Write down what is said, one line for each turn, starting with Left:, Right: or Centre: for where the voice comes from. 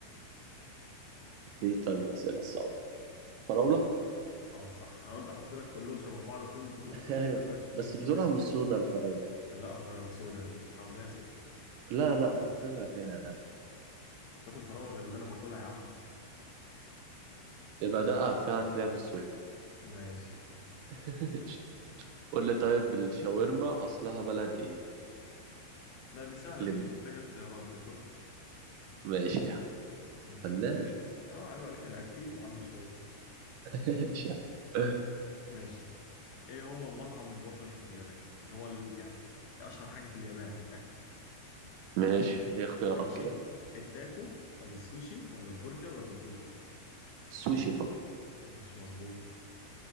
Right: ايه طيب الاسئله الصعبه فراوله
Left: ما قلت اه صح انا قلت احط لك كلهم شبه بعض فيهم بذور
Right: <laughs>
Left: سودا
Right: ايوه
Left: <laughs>
Right: بس
Left: بس
Right: بزرعه
Left: ماشي
Right: مش سودا الفراوله
Left: لا ف- سودا اللي حواليها سودا
Right: لا لا مقدرها كده
Left: انت بتاكل فراوله غير اللي انا باكلها يا عم
Right: يبقى دقة فيها هتلاقيها من السود
Left: ماشي
Right: <laughs> قول لي طيب الشاورما أصلها بلد إيه؟
Left: لا دي سهله
Right: لب
Left: دي مش محتاجه اختيارات دي تركي
Right: ماشي يا عم
Left: ماشي
Right: فنان <laughs>
Left: اه عيب عليك انا اكيل يا عم شويه
Right: ماشي يا عم
Left: ماشي ايه هو المطعم الوطني في اليابان اللي هو ال- يعني اشهر حاجه في اليابان اكل
Right: ماشي دي اختيارات
Left: ماشي
Right: كده
Left: التاكو ولا السوشي ولا البرجر ولا البيتزا
Right: سوشي طبعا
Left: ماشي مظبوط